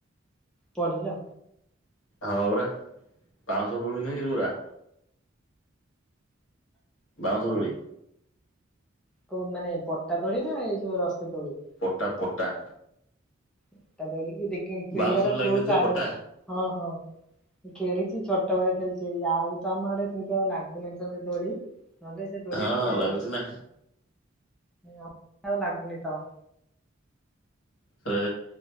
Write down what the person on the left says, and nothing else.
ହଁ ପରା ବାଉଁଶ ଦୋଳି ନାହିଁ କି ଯୋଉ ଗୁରା ବାଉଁଶ
ଦୋଳି।
ପଟା ପଟା।
ବାଉଁଶରେ ଲାଗିନଥିବ
ପଟା
ହଁ
ଲାଗୁଛି ନା।
<unintelligible>